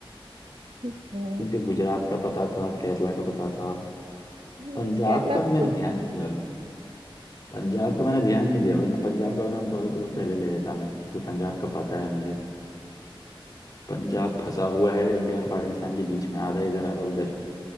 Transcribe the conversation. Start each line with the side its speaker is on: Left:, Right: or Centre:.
Right: ठीक है
Left: क्योंकि गुजरात का पता था केरला का पता था
Right: हम्म
Left: पंजाब
Right: केरला
Left: का भी
Right: तो
Left: मैंने
Right: बोली
Left: ध्यान नहीं दिया पंजाब का मैंने ध्यान नहीं दिया वरना पंजाब का नाम बहुत बहुत पहले ले लेता मैं क्योंकि पंजाब का पता है मुझे पंजाब फंसा हुआ है इंडिया और पाकिस्तान के बीच में आधा इधर आधा उधर